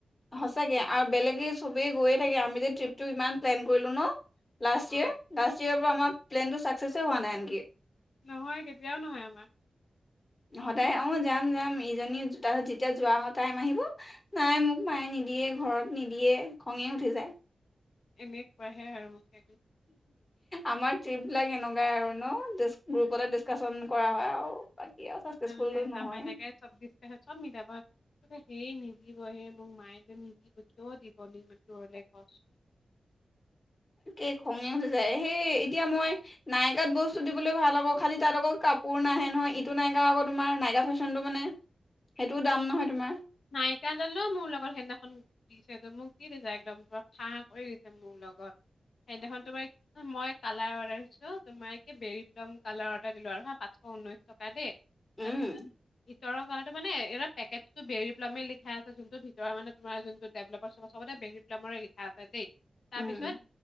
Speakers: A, on the left (about 30°); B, on the left (about 75°).
A: সঁচাকে আৰু বেলেগে সবেই গৈয়ে থাকে আমি যে ট্ৰিপটো ইমান প্লেন কৰিলো ন লাষ্ট
B: অ'
A: ইয়েৰ লাষ্ট ইয়েৰ পৰা আমাক প্লেন টো ছাকচেচে হোৱা নাই আনকি
B: নহয় কেতিয়াও নহয় আমাৰ
A: সদায় অ যাম যাম ইজনী তাপাছত যেতিয়া যোৱা অ টাইম আহিব নাই মোক মায়ে নিদিয়ে ঘৰত নিদিয়ে খঙে উঠি যায়
B: এনেকুৱাহে আৰু <unintelligible>
A: আমাৰ ট্ৰিপ বিলাক এনেকুৱাই আৰু ন গ্ৰুপতে ডিচকাচন কৰা হয় আৰু আৰু চাকচেচফুলটো
B: যাম দে
A: নহয়
B: যাম এনেকে চবছ ত চব মিলাব সেই নিদিবহে মোক মায়ে যে নিদিব কিয় দিব নু ইমান দূৰলে কচোন?
A: এই খঙে উঠি যায় সেই এতিয়া মই নাইকাত বস্তু দিবলৈ ভাল হ'ব খালি তাত আকৌ কাপোৰ নাহে নহয় ইটো নাইকা আকৌ তোমাৰ নাইকা ফেশ্বনতটো মানে সেইটোও দাম নহয় তোমাৰ
B: নাইকা দালো মোৰ লগত সেইদিনাখন দিছে ত মোক দি দিছে একদম পুৰা ফাঁ কৰি দিছে মোৰ লগত। সেইদিনাখনতো মানে মই কালাৰ অৰ্ডাৰ দিছো তোমাৰে বেৰি প্লাম কালাৰ অৰ্ডাৰ দিলো আৰু হা পাচশ ঊনৈশ টকা দেই
A: উম
B: তাৰপিছত ভিতৰৰ কালাৰতো মানে এ পেকেটতটো বেৰি প্লামে লিখা আছে যোনটো ভিতৰ মানে তোমাৰ‌ যোনটো ডেভ্লপাৰ চবতে বেৰি প্লামৰে লিখা আছে দেই তাৰপিছত
A: উম